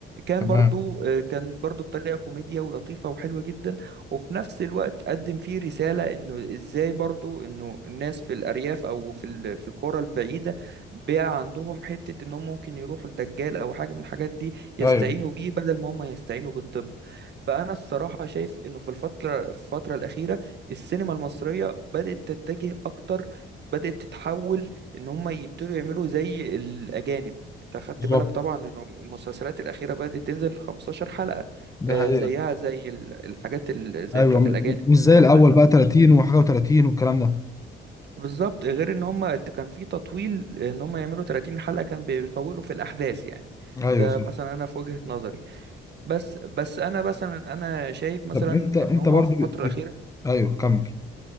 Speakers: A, on the right (about 55°); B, on the left (about 15°).
A: كان
B: تمام
A: برضو آه، كان برضو بطريقه كوميديا ولطيفه وحلوه جدا وفي نفس الوقت قدم فيه رساله انه ازاي برضو انه الناس في الارياف او في ال- في القرى البعيده بقى عندهم حته انهم ممكن يروحوا لدجال او حاجه من الحاجات دي يستعينوا
B: ايوه
A: بيه بدل ما هم يستعينوا بالطب فأنا الصراحة شايف إنه في الفترة الفترة الأخيرة السينما المصرية بدأت تتجه أكتر بدأت تتحول إن هم يبتدوا يعملوا زي الأجانب أنت خدت
B: بالظبط
A: بالك طبعا إن المسلسلات الأخيرة بدأت تنزل 15 حلقة
B: ده
A: آه،
B: حقيقه
A: زيها زي ال- الحاجات ال- زي
B: ايوه
A: بتاعت
B: م-
A: الأجانب
B: مش
A: والكلام
B: زي الاول
A: ده
B: بقى 30 وحاجه و30 والكلام ده
A: بالظبط غير إن هم كان في تطويل إن هم يعملوا 30 حلقة كان بيطولوا في الأحداث يعني
B: ايوه
A: ده
B: صح
A: مثلا أنا في وجهة نظري بس بس انا مثلا انا شايف مثلا
B: طب انت انت
A: ان هما
B: برضو
A: في الفتره
B: بت...
A: الاخيره
B: بت... ايوه كمل